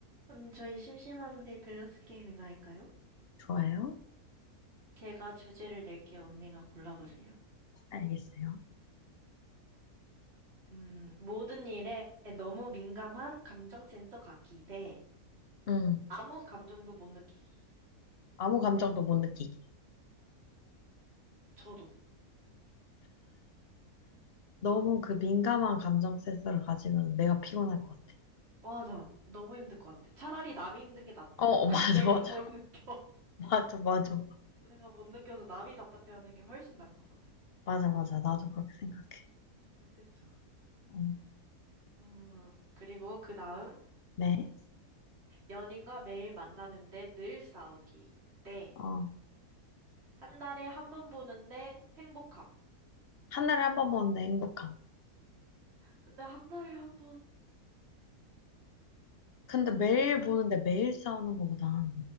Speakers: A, on the right; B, on the left.
A: 언니, 저희 심심한데 밸런스 게임이나 할까요?
B: 좋아요.
A: 제가 주제를 낼게요. 언니가 골라보세요.
B: 알겠어요.
A: 음, 모든 일에 너무 민감한 감정 센서 갖기 대
B: 음,
A: 아무 감정도 못 느끼기.
B: 아무 감정도 못 느끼기.
A: 저도.
B: 너무 그 민감한 감정 센서를 가지면 내가 피곤할 것 같아.
A: 와, 아 너무 힘들 것 같아. 차라리 남이 힘든 게 낫다.
B: 어, 어,
A: <laughs>
B: 맞아,
A: 내가
B: 맞아.
A: 못 느껴. <laughs>
B: <laughs> 맞아, 맞아.
A: 내가 못 느껴서 남이 답답해하는 게 훨씬 나은 것 같아요.
B: 맞아, 맞아. 나도 그렇게 생각해.
A: 그쵸?
B: 음,
A: 음, 그리고 그 다음,
B: 네.
A: 연인과 매일 만나는데 늘 싸우기. 네.
B: 어,
A: 한 달에 한 번 보는데 행복함.
B: 한 달에 한 번 보는데 행복함.
A: 근데 한 달에 한 번,
B: 근데 매일 보는데 매일 싸우는 것보단